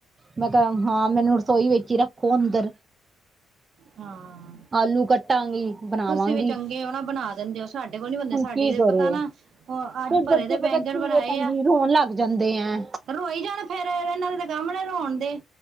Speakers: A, on the right; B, on the right.
A: ਮੈਂ ਕਿਹਾ ਹਾਂ ਮੈਨੂੰ ਰਸੋਈ ਵਿੱਚੇ ਹੀ ਰੱਖ ਕੋ ਅੰਦਰ
B: ਹਾਂ
A: ਆਲੂ ਕੱਟਾਂਗੀ। ਬਣਾਵਾਂਗੀ
B: ਤੁਸੀਂ ਵੀ ਚੰਗੇ ਹੋ ਨਾ ਬਣਾ ਦਿੰਦੇ ਹੋ ਸਾਡੇ ਕੋਲ ਨੀ ਬੰਦੇ
A: ਹੁਣ
B: ਸਾਡੇ
A: ਕੀ ਕਰੇ
B: ਪਤਾ ਨਾ ਉਹ ਅੱਜ
A: ਤੇ
B: ਭਰੇ
A: ਬੱਚੇ
B: ਦੇ ਬੈਂਗਣ
A: ਪਤਾ ਕੀ
B: ਬਣਾਏ
A: ਭੈਣ
B: ਆ
A: ਜੀ ਰੋਣ ਲੱਗ ਜਾਂਦੇ ਐ।
B: ਰੋਈ ਜਾਣੇ ਫਿਰ ਇਹਨਾਂ ਨੇ ਤਾਂ ਕੰਮ ਨੇ ਰੋਣ ਦੇ